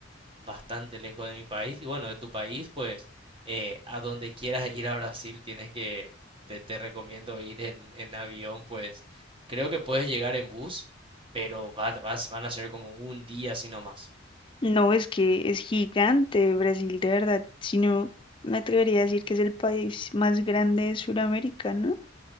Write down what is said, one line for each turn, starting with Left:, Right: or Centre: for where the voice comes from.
Right: bastante lejos de mi país. Y bueno, de tu país, pues eh, a donde quieras ir a Brasil, tienes que, te, te recomiendo ir en, en avión, pues creo que puedes llegar en bus, pero va- vas, van a ser como un día así nomás.
Left: No, es que es gigante Brasil, de verdad. Si no, me atrevería a decir que es el país más grande de Sudamérica, ¿no?